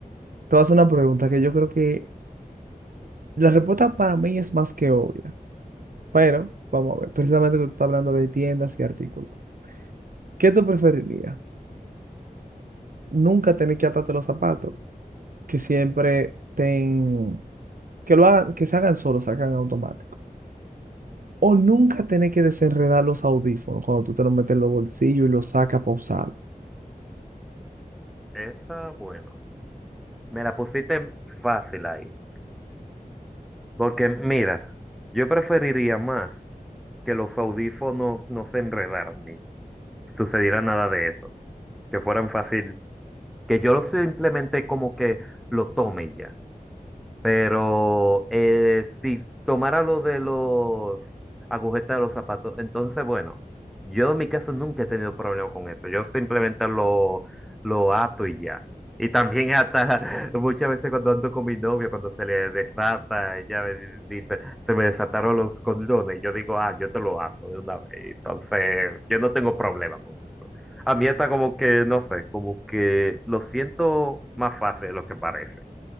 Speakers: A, on the right; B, in the centre.
A: te vas a hacer una pregunta que yo creo que la respuesta para mí es más que obvia. Pero, vamos a ver, precisamente que tú estás hablando de tiendas y artículos. ¿Qué tú preferirías? Nunca tener que atarte los zapatos, que siempre ten, que lo hagan, que se hagan solos, se hagan automático. O nunca tener que desenredar los audífonos cuando tú te los metes en los bolsillos y los sacas para usarlo.
B: Esa, bueno. Me la pusiste fácil ahí. Porque mira, yo preferiría más que los audífonos no se enredaran ni sucediera nada de eso. Que fueran fácil Que yo lo simplemente como que lo tome y ya. Pero eh, si tomara lo de los agujetas de los zapatos, entonces, bueno, yo en mi caso nunca he tenido problema con eso. Yo simplemente lo, lo ato y ya. Y también hasta <laughs> muchas veces cuando ando con mi novio, cuando se le desata, ella dice, se me desataron los condones. y Yo digo, ah, yo te lo ato de una vez. Entonces, yo no tengo problema con eso. A mí está como que, no sé, como que lo siento más fácil de lo que parece.